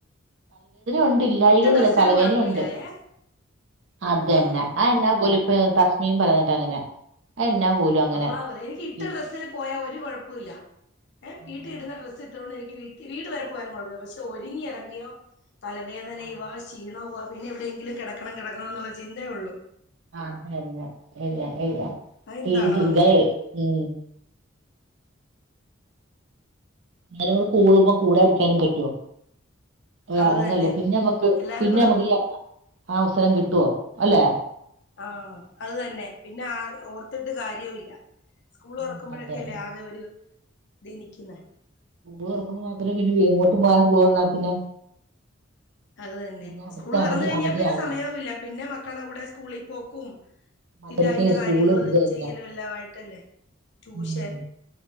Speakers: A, on the right; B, on the left.
A: ഉണ്ട്, ഇല്ലായിക
B: ഇട്ട
A: ഒന്നുമില്ല
B: ഡ്രസ്സിന്
A: തലവേനയുണ്ട്.
B: കൊഴപ്പല്ലായേ
A: അതെന്നെ
B: ആഹ്
A: ആ എന്നാ പോലിപ്പൊ തസ്മീം പറഞ്ഞിട്ട് അങ്ങനെ ആ എന്നാ പോലും അങ്ങനെ
B: അള്ളാ പറ എനിക്ക് ഇട്ട
A: വീട്ടി
B: ഡ്രസ്സിൽ പോയാ ഒരു കുഴപ്പ ഇല്ല,
A: ആ
B: വീട്ടിൽ ഇടുന്ന ഡ്രസ്സ് ഇട്ടുകൊണ്ട് എനിക്ക് വീട് വരെ പോയാലും കുഴപ്പമില്ല, പക്ഷെ ഒരുങ്ങിയിറങ്ങിയോ തലവേദനയുവാ
A: ആ
B: ക്ഷീണവു വാ പിന്നെ എവിടെയെങ്കിലും കിടക്കണം കിടക്കണം എന്നുള്ള ചിത്തേ ഉള്ളൂ.
A: ആതല്ല എല്ല എല്ല
B: അത് എന്താണോ
A: ഈ ചിന്തയ
B: അങ്ങനെ
A: ഉ അന്നേരം നമ്മൾ കൂടുമ്പോ കൂടാതിരിക്കാനും പറ്റുവോ.
B: അത്
A: ഇറങ്ങല്ലേ
B: തന്നെ
A: പിന്നെമ്മക്ക്,
B: എല്ലാരും
A: പിന്നെ
B: കൂടെ
A: നമ്മുക്ക് ഈ അവസരം കിട്ടുവോ അല്ലെ.
B: ആ, അത് തന്നെ പിന്നെ ആ ഓർത്തിട്ട് കാര്യവും ഇല്ല. സ്കൂൾ
A: ഉം
B: തുറക്കുമ്പോഴൊക്കെല്ലേ
A: അതെ
B: ആകെ ഒരു ഇതി നിക്കുന്നെ
A: സ്കൂൾ തുറക്കുമ്പോ മാത്രേ പിന്നെ എങ്ങോട്ടും പോകാനാ സ്കൂൾ തുറന്നാ പിന്നെ.
B: <unintelligible> അത് തന്നെ
A: പിന്നെ അടുത്ത
B: സ്കൂള് തുറന്ന്
A: അവധി
B: കഴിഞ്ഞാൽ
A: അവധി
B: പിന്നെ
A: ആവണം
B: സമയവും, ഇല്ല പിന്നെ മക്കളുടെ കൂടെ സ്കൂളിൽ പോക്കും.
A: മദ്രസയും
B: പിന്നെ അതിന്റെ
A: സ്കൂളും
B: കാര്യങ്ങള്
A: ഇത് എല്ലാം
B: ചെയ്യല് എല്ലാമായിട്ടല്ലേ ട്യൂഷൻ
A: ഉം